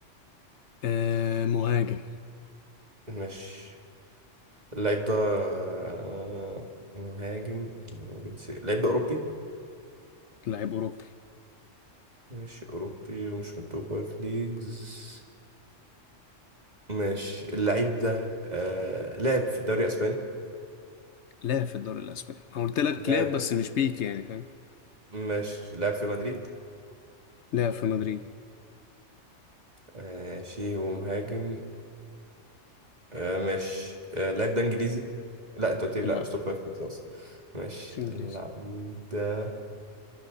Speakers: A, on the left; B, on the right.
A: أه مهاجم
B: ماشي اللعيب ده آه مهاجم وجنسية اللعيب ده أوروبي
A: لعيب اوروبا
B: ماشي أوروبي ومش من التوب فايف ليجز ماشي اللاعب ده آه لعب في الدوري الاسباني
A: لعب في الدوري الاسباني انا قلت لك
B: لعب
A: لعب بس مش بيك يعني فاهم
B: ماشي لعب في مدريد
A: لعب في مدريد
B: ماشي ومهاجم آه ماشي آه اللاعب ده انجليزي لا انت قلت لي
A: لا
B: لا مش توب فايف ليجز اصلا ماشي
A: مش انجليزي
B: اللاعب ده